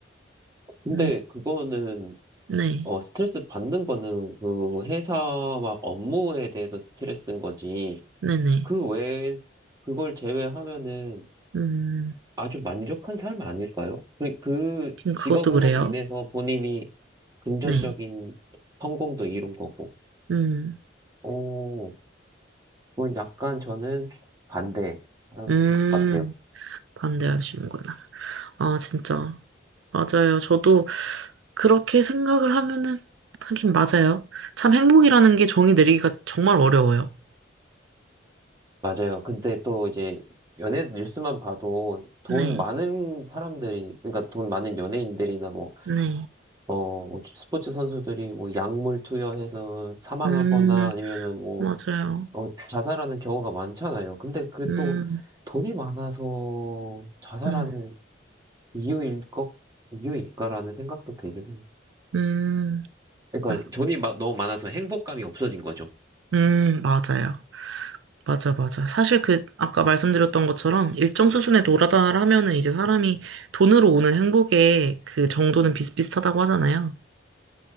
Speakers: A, on the right; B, on the right.
A: 근데
B: 음,
A: 그거는,
B: 네,
A: 어, 스트레스 받는 거는 그 회사와 업무에 대해서 스트레스인 거지.
B: 네네.
A: 그 외에, 그걸 제외하면은
B: 음,
A: 아주 만족한 삶 아닐까요? 그, 그
B: 그것도
A: 직업으로
B: 그래요.
A: 인해서 본인이 금전적인
B: 네.
A: 성공도 이룬 거고,
B: 음,
A: 오, 그건 약간 저는 반대한
B: 음.
A: 것 같아요.
B: 반대하시는구나. 아, 진짜. 맞아요. 저도 그렇게 생각을 하면은, 하긴 맞아요. 참 행복이라는 게 정의 내리기가 정말 어려워요.
A: 맞아요. 근데 또 이제 연예 뉴스만 봐도 돈
B: 네,
A: 많은 사람들이, 그러니까 돈 많은 연예인들이나 뭐,
B: 네.
A: 어, 뭐 스포츠 선수들이 뭐 약물 투여해서 사망하거나
B: 음,
A: 아니면은 뭐
B: 맞아요.
A: 어, 자살하는 경우가 많잖아요. 근데 그게
B: 음,
A: 또 돈이 많아서 자살하는
B: 음,
A: 이유일 것, 이유일까라는 생각도 들긴 해요.
B: 음,
A: 그러니까
B: 아,
A: 돈이 마- 너무 많아서 행복감이 없어진 거죠.
B: 음, 맞아요. 맞아, 맞아. 사실 그, 아까 말씀드렸던 것처럼 일정 수준에 도달하면은 이제 사람이 돈으로 오는 행복의 그 정도는 비슷비슷하다고 하잖아요.